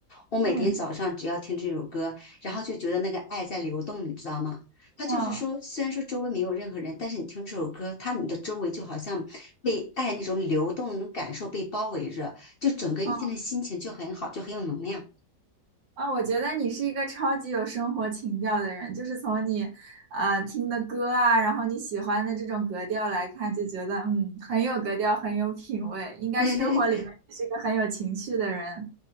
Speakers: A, on the left (about 65°); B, on the right (about 80°).
A: 我每天早上只要听这首歌，
B: 嗯
A: 然后就觉得那个爱在流动，你知道吗？他就是说，
B: 嗯，
A: 虽然说周围没有任何人，但是你听这首歌，他你的周围就好像被爱那种流动的那种感受被包围着，就整个一天的心情就很好，
B: 嗯。
A: 就很有能量。<laughs>
B: 啊，我觉得你是一个超级有生活情调的人，就是从你，呃，听的歌啊，然后你喜欢的这种格调来看，就觉得嗯，很有格调，很有品味，应该生活里面也是一个很有情趣的人。
A: 对对，